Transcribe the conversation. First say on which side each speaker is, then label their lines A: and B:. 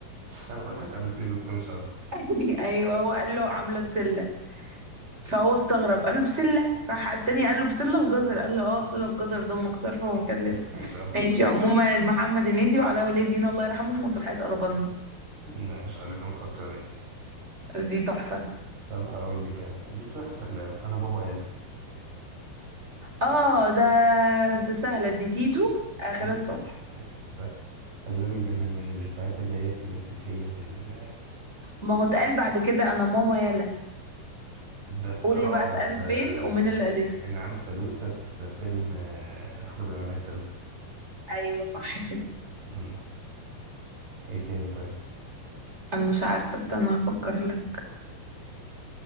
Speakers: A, on the right (about 75°); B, on the right (about 15°).
A: أنا بضحك على فيه بس أنا مش عارف <laughs>
B: <laughs> أيوه هو قال له عاملة بسلة فهو استغرب قال له بسلة راح التاني قال له بسلة بجزر قال له اه بسلة بجزر دمك صرفة ومكلفة
A: مش عارف
B: ماشي
A: الحقيقة
B: عموما محمد هنيدي وعلاء ولي الدين الله يرحمه في مسرحية ألاباندا
A: لا مش عارف ما اتفرجتش عليه
B: دي تحفة
A: طب هقول لك أنا دي في واحد سهل أوي أنا بابا
B: اه ده ده سهلة دي تيتو آه،
A: مم.
B: خالد صالح
A: ايوه سهل عايز اقول لك ده من من الافيهات اللي هي كلاسيكيه في ال...
B: ما هو اتقال بعد كده أنا ماما يلا
A: ده في
B: قول
A: اه
B: لي بقى اتقال
A: ده في,
B: فين ومين
A: في
B: اللي قالته
A: انعام سالوسة في فيلم آه، الحرب العالميه الثالثه
B: أيوه صح كده
A: مم. ايه تاني طيب
B: أنا مش عارفة استنى هفكر لك